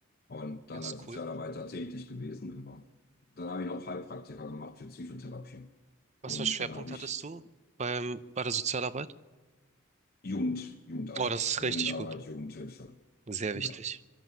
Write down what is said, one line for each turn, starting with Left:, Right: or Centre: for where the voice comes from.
Left: und
Right: Das
Left: dann als
Right: ist
Left: Sozialarbeiter
Right: cool.
Left: tätig gewesen immer. Dann habe ich noch Heilpraktiker gemacht für Psychotherapie.
Right: Was
Left: Und
Right: für einen Schwerpunkt
Left: dann habe
Right: hattest
Left: ich
Right: du beim, bei der Sozialarbeit?
Left: Jugend, Jugendarbeit,
Right: Oh, das ist
Left: Jugendarbeit,
Right: richtig gut.
Left: Jugendhilfe.
Right: Sehr
Left: Ja,
Right: wichtig.